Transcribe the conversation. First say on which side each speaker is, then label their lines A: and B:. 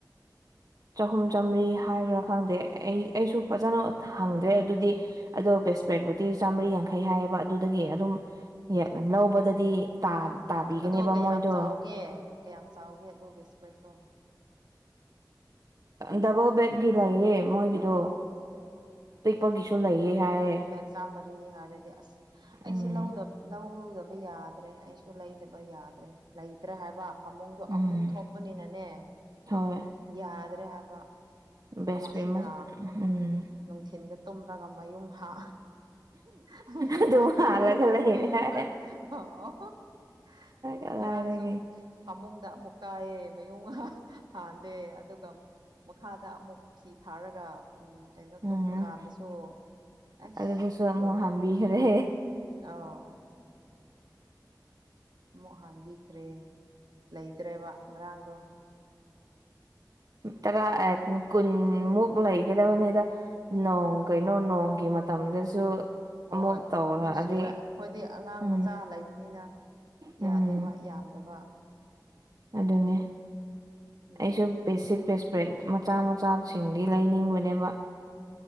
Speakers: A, on the right; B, on the right.
A: ꯆꯍꯨꯝ ꯆꯥꯝꯔꯤ ꯍꯥꯏꯕ꯭ꯔꯥ ꯈꯪꯗꯦ ꯑꯩ ꯑꯩꯁꯨ ꯐꯖꯅ ꯍꯪꯗ꯭ꯔꯦ ꯑꯗꯨꯗꯤ ꯑꯗꯣ ꯕꯁꯄ꯭ꯔꯦꯠꯕꯨꯗꯤ ꯆꯥꯝꯃꯔꯤ ꯌꯥꯡꯩ ꯐꯩ ꯍꯥꯏꯌꯦꯕ ꯑꯗꯨꯗꯒꯤ ꯑꯗꯨꯝ ꯂꯧꯕꯗꯗꯤ ꯇꯥ ꯇꯥꯕꯤꯒꯅꯦꯕ
B: ꯑꯗꯣ ꯀꯌꯥꯝ
A: ꯃꯣꯏꯗꯣ
B: ꯆꯥꯎꯒꯦ ꯀꯌꯥꯝ ꯆꯥꯎꯒꯦ ꯑꯗꯨ ꯕꯤꯁꯀ꯭ꯔꯤꯠꯇꯣ
A: ꯗꯕꯜ ꯕꯦꯠꯀꯤ ꯂꯩꯌꯦ ꯃꯣꯏꯒꯤꯗꯣ ꯄꯤꯛꯄꯒꯤꯁꯨ ꯂꯩꯌꯦ ꯍꯥꯏꯌꯦ
B: ꯆꯃꯔꯤ ꯍꯥꯏꯔꯗꯤ ꯑꯁ ꯑꯩꯁꯦ
A: ꯎꯝ
B: ꯂꯧ ꯂꯧꯗꯕ ꯌꯥꯗ꯭ꯔꯦ ꯑꯩꯁꯨ ꯂꯩꯗꯕ ꯌꯥꯗ꯭ꯔꯦ ꯂꯩꯇ꯭ꯔꯦ ꯍꯥꯏꯕ ꯐꯃꯨꯡꯗꯣ
A: ꯎꯝ
B: ꯑꯍꯨꯝ ꯊꯣꯛꯄꯅꯤꯅꯅꯦ
A: ꯍꯣꯏ
B: ꯌꯥꯗ꯭ꯔꯦ ꯍꯥꯏꯕ
A: ꯕꯦꯁ
B: ꯑꯃꯁꯤꯅꯥ
A: ꯄ꯭ꯔꯦꯃ ꯎꯝ
B: ꯅꯨꯡꯊꯤꯟꯗ ꯇꯨꯝꯂꯒ ꯃꯌꯨꯝ ꯍꯥ <unintelligible>
A: ꯑꯗꯨꯝ ꯍꯥꯜꯂꯒ ꯂꯩꯔꯦ ꯍꯥꯏ ꯀꯗꯥꯏꯗꯒꯤ
B: ꯉꯔꯥꯡꯁꯨ ꯐꯃꯨꯡꯗ ꯑꯃꯨꯛ ꯀꯥꯏꯑꯦ ꯃꯌꯨꯡ ꯍꯥꯜꯂꯦ ꯑꯗꯨꯒ ꯃꯈꯥꯗ ꯑꯃꯨꯛ ꯐꯤ ꯊꯥꯔꯒ ꯎꯝ ꯀꯩꯅꯣ
A: ꯎꯝ
B: ꯇꯨꯝꯕ ꯀꯥꯟꯗꯁꯨ ꯑꯁ
A: ꯑꯗꯨꯗꯨꯁꯨ ꯑꯃꯨꯛ
B: ꯂꯣꯏꯔꯦ
A: ꯍꯥꯟꯕꯤꯈ꯭ꯔꯦ
B: ꯑꯥꯎ ꯑꯃꯨꯛ ꯍꯥꯟꯕꯤꯈ꯭ꯔꯦ ꯂꯩꯇ꯭ꯔꯦꯕ ꯉꯔꯥꯡꯗꯣ
A: ꯇꯔꯥ ꯀꯨꯟꯃꯨꯛ ꯂꯩꯒꯗꯕꯅꯤꯗ ꯅꯣꯡ ꯀꯩꯅꯣ ꯅꯣꯡꯒꯤ ꯃꯇꯝꯗꯁꯨ
B: ꯍꯣꯏ
A: ꯑꯃꯨꯛ ꯇꯧꯔꯛꯑꯗꯤ
B: ꯅꯣꯡꯁꯨ ꯆꯨꯋꯦ ꯑꯩꯈꯣꯏꯗꯤ ꯑꯉꯥꯡ
A: ꯎꯝ
B: ꯃꯆꯥ ꯂꯩꯕꯅꯤꯅ
A: ꯎꯝ
B: ꯌꯥꯗꯦꯕ ꯌꯥꯝꯗꯕ
A: ꯑꯗꯨꯅꯤ
B: ꯎꯝ
A: ꯑꯩꯁꯨ ꯄꯦꯁꯤꯠ ꯄꯦꯁꯄ꯭ꯔꯦꯠ ꯃꯆꯥ ꯃꯆꯥꯁꯤꯡꯗꯤ ꯂꯩꯅꯤꯡꯕꯅꯦꯕ